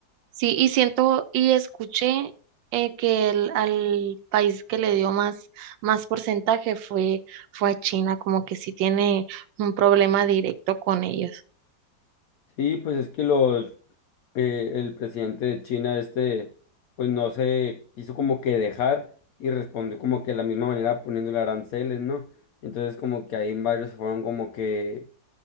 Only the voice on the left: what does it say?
Sí, pues es que los eh, el presidente de China este pues no se hizo como que dejar y respondió como que de la misma manera poniéndole aranceles, ¿no? Entonces como que ahí varios fueron como que